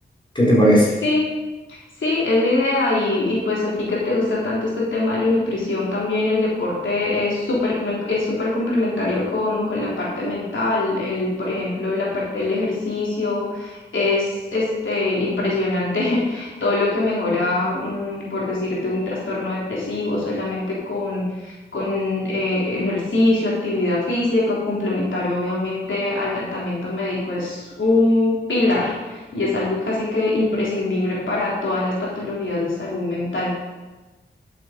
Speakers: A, on the left (about 25°); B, on the left (about 80°).
A: ¿Qué te parece?
B: Sí, sí, es la idea y, y pues a ti que te gusta tanto este tema de la nutrición también el deporte es súper me- es súper complementario con, con la parte mental, el, por ejemplo, la parte del ejercicio es este impresionante <laughs> todo lo que mejora mm, por decirte un trastorno depresivo solamente con con eh, ejercicio, actividad física complementario obviamente al tratamiento médico es un pilar y es algo casi que imprescindible para todas las patologías de salud mental,